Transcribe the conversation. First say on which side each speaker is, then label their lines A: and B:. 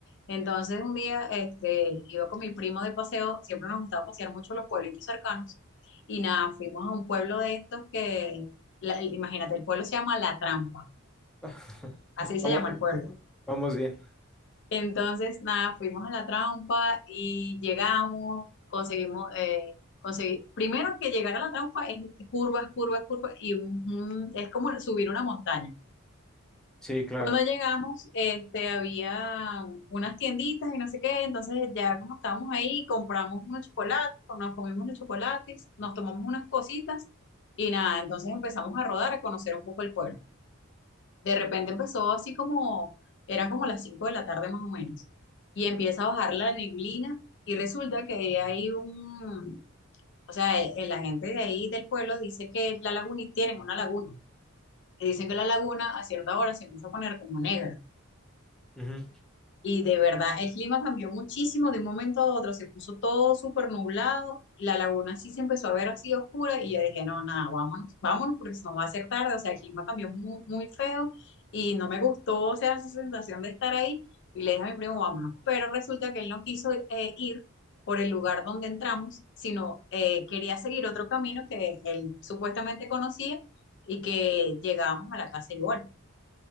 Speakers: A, on the left; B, in the centre.
A: Entonces un día este, iba con mi primo de paseo, siempre nos gustaba pasear mucho los pueblitos cercanos y nada, fuimos a un pueblo de estos que, la- imagínate, el pueblo se llama La Trampa,
B: <laughs>
A: así
B: Vamos,
A: se llama el pueblo.
B: vamos bien.
A: Entonces, nada, fuimos a la trampa y llegamos, conseguimos, eh, conseguir, primero que llegar a la trampa es curvas, curvas, curvas, y un- un- es como subir una montaña.
B: Sí, claro.
A: Cuando llegamos, este, había unas tienditas y no sé qué, entonces ya como estábamos ahí, compramos unos chocolates, nos comimos unos chocolates, nos tomamos unas cositas y nada, entonces empezamos a rodar, a conocer un poco el pueblo. De repente empezó así como, eran como las 5 de la tarde más o menos, y empieza a bajar la neblina y resulta que hay un, o sea, e- e, la gente de ahí del pueblo dice que la laguna, tienen una laguna, y dicen que la laguna a cierta hora se empieza a poner como negra.
B: Ujú.
A: Y de verdad, el clima cambió muchísimo de un momento a otro, se puso todo súper nublado, la laguna sí se empezó a ver así oscura y yo dije, no, nada, vámonos, vámonos porque si no va a ser tarde, o sea, el clima cambió muy, muy feo y no me gustó, o sea, esa sensación de estar ahí y le dije a mi primo, vámonos, pero resulta que él no quiso eh, ir por el lugar donde entramos, sino eh, quería seguir otro camino que él supuestamente conocía y que llegábamos a la casa igual.